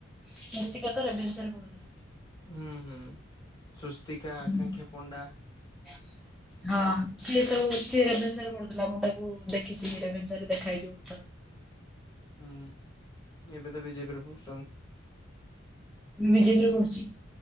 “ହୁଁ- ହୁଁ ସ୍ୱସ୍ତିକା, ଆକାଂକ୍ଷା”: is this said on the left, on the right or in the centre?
Left